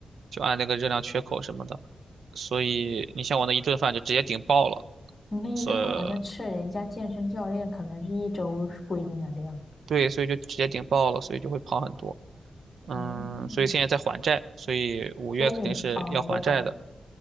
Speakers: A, on the right (about 80°); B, on the left (about 20°).
A: 就按那个热量缺口什么的，所以你像我那一顿饭就直接顶爆了，
B: 你那一顿饭好像吃了人家健身教练可能是一周规定的量。
A: 所以对，所以就直接顶爆了，所以就会跑很多。嗯，
B: 哦，
A: 所以现在在还债，所以五月肯定是要还债的。
B: 所以你哦，我懂。